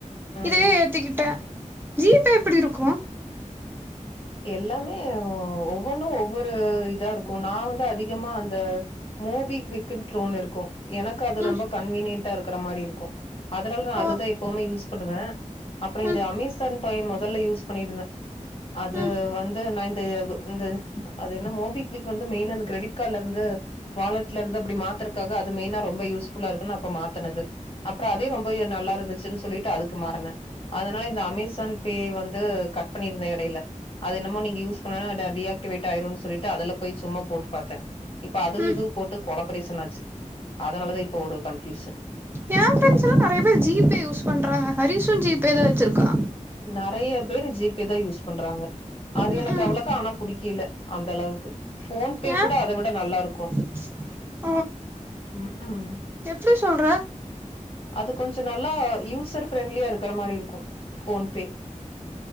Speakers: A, on the right; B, on the left.
A: இதயே
B: ம்
A: ஏத்திக்கிட்டே ஜிபே எப்டி இருக்கு
B: எல்லாமே ஒவ்வொன்னு ஒவ்வொரு இதா இருக்கு நா வந்து அதிகமா அந்த மோபி க்விக்னு ட்ரோன் இருக்கு எனக்கு அது
A: ம்
B: ரொம்ப கன்வீனியன்டா இருக்கற மாரி இருக்கு அதுனால நா
A: ஓ
B: அதுதா எப்பவுமே யூஸ் பண்ணுவே அப்பறோ
A: ம்
B: இந்த அமேசான் பை மொதல்ல யூஸ் பண்ணிருந்தே அது
A: ம்
B: வந்து நா இந்த இவு இந்த அது என்ன மோபிக்விக் வந்து மெயினா இந்த கிரெடிட் கார்ட்ல இருந்து வாலட்ல இருந்து அப்டி மாத்தரக்காக அது மெயினா ரொம்ப யூஸ்ஃபுல்லா இருக்குன் அப்ப மாத்தனது அப்பறோ அதே ரொம்ப நல்லா இருந்துச்சுன் சொல்லிட்டு அதுக்கு மாறனே அதுனால இ இந்த அமேசான் பே வந்து கட் பண்ணிருந்தே எடேல அது என்னமோ நீங்க யூஸ் பண்ணுலனா ட டிஆக்டிவேட் ஆயிருனு சொல்லிட்டு அதுல போய் சும்மா போட்டு பாத்தே இப்ப அது
A: ம்
B: இது போட்டு கொலப்பரேசன் ஆச்சு அதனாலதா இப்ப ஒரு கன்பியூசன்
A: ஏ ப்ரெண்டஸல்லா நெறைய பேர் ஜிபே யூஸ் பண்ணுறாங்க ஹரீஸு ஜிபே தா வச்சுருக்கா
B: நெறைய பேரு ஜிபே தா யூஸ் பண்றாங்க அது
A: ம்
B: எனக்கு
A: ம்
B: அவ்வளக்கா ஆனா புடிக்கீல அந்த அளவுக்கு போன்பே
A: ஏ
B: கூட அத விட நல்லாருக்கு
A: <inaudible>
B: ம் ம்
A: எப்டி சொல்ற
B: அது கொஞ்சோ நல்லா யூசர் ஃப்ரெண்ட்லியா இருக்கற மாரி இருக்கு போன்பே